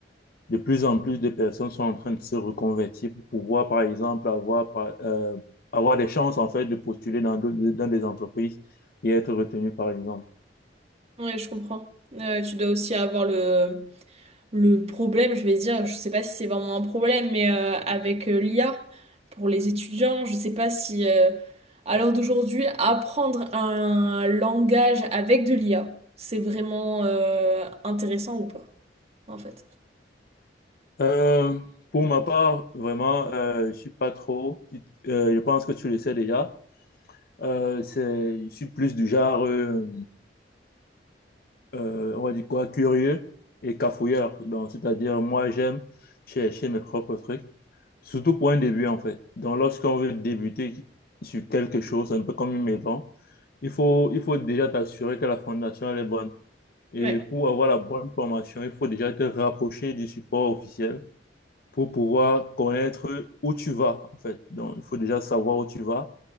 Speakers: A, on the left; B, on the right.
A: de plus en plus de personnes sont en train de se reconvertir pour pouvoir, par exemple, avoir, par- euh, avoir des chances, en fait, de postuler dans, d'autres- dans des entreprises et être retenu, par exemple.
B: Ouais, je comprends. Euh, tu dois aussi avoir le, le problème, je vais dire, je sais pas si c'est vraiment un problème, mais euh, avec euh, l'IA pour les étudiants, je sais pas si euh, à l'heure d'aujourd'hui, apprendre un langage avec de l'IA, c'est vraiment euh, intéressant ou pas, en fait.
A: Euh, pour ma part, vraiment, euh, je suis pas trop, euh, je pense que tu le sais déjà. Euh, c'est, je suis plus du genre, euh, euh, on va dire quoi, curieux et cafouilleur. Donc, c'est-à-dire, moi, j'aime chercher mes propres trucs. Surtout pour un début, en fait. Donc, lorsqu'on veut débuter sur quelque chose, un peu comme une maison, il faut, il faut déjà t'assurer que la fondation, elle est bonne. Et
B: Ouais,
A: pour avoir la bonne formation, il faut déjà te rapprocher du support officiel pour pouvoir connaître où tu vas, en fait. Donc, il faut déjà savoir où tu vas.